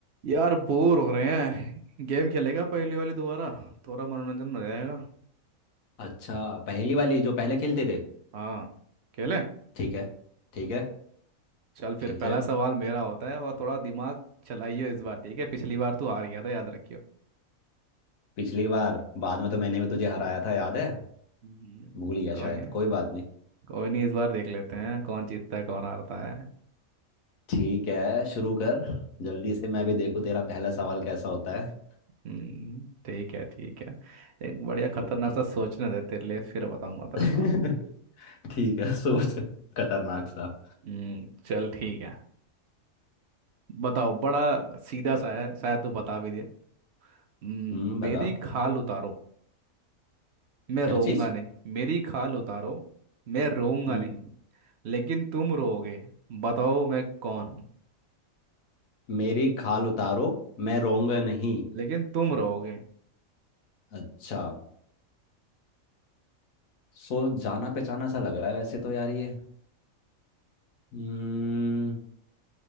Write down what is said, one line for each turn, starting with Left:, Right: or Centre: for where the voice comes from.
Right: यार बोर हो रहे हैं गेम खेलेगा पहली वाली दोबारा थोड़ा मनोरंजन हो जाएगा
Left: अच्छा पहेली वाली जो पहले खेलते थे
Right: हाँ खेलें
Left: ठीक है ठीक है
Right: चल फिर
Left: खेलते
Right: पहला
Left: हैं
Right: सवाल मेरा होता है और थोड़ा दिमाग चलाइए इस बार ठीक है पिछली बार तू हार गया था याद रखियो
Left: पिछली बार बाद में तो मैंने भी तुझे हराया था याद है
Right: हम्म,
Left: भूल गया
Right: कोई
Left: शायद
Right: नहीं
Left: कोई बात नहीं
Right: कोई नहीं इस बार देख लेते हैं कौन जीतता है कौन हारता है
Left: ठीक है शुरू कर जल्दी से मैं भी देखूं तेरा पहला सवाल कैसा होता है
Right: हम्म, ठीक है ठीक है एक बढ़िया खतरनाक
Left: ओके
Right: सा सोचने दे तेरे लिए फिर बताऊंगा तेरे
Left: <laughs>
Right: को
Left: ठीक है सोच खतरनाक सा
Right: हम्म, चल ठीक है बताओ बड़ा सीधा सा है शायद तू बता भी दे हम्म,
Left: हम्म बता
Right: मेरी खाल उतारो मैं
Left: क्या
Right: रोऊंगा
Left: चीज
Right: नहीं मेरी खाल उतारो मैं रोऊंगा
Left: हम्म
Right: नहीं लेकिन तुम रोओगे बताओ मैं कौन हूँ
Left: मेरी खाल उतारो मैं रोऊंगा नहीं
Right: लेकिन तुम रोओगे
Left: अच्छा सो जाना पहचाना सा लग रहा है वैसे तो यार ये हम्म